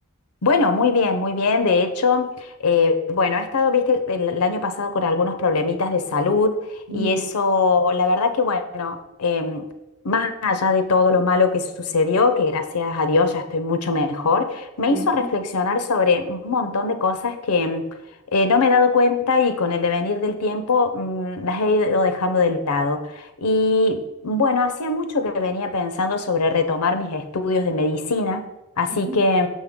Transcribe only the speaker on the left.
Bueno, muy bien, muy bien. De hecho, eh, bueno, he estado, viste, el, el año pasado con algunos problemitas de salud
y eso, la verdad que, bueno, em, más allá de todo lo malo que sucedió, que gracias a Dios ya estoy mucho mejor, me
hizo reflexionar sobre un montón de cosas que em, eh, no me he dado cuenta y con el devenir del tiempo mm, las he ido dejando de lado. Y bueno, hacía mucho que venía pensando sobre retomar mis estudios de medicina, así
que...